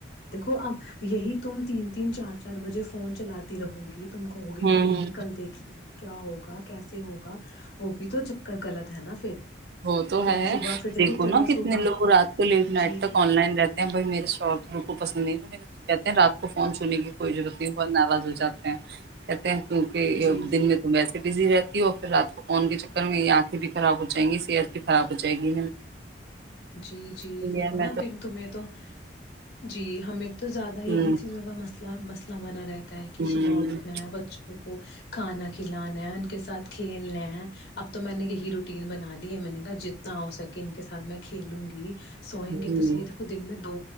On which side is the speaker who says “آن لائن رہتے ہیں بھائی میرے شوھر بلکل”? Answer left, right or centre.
Right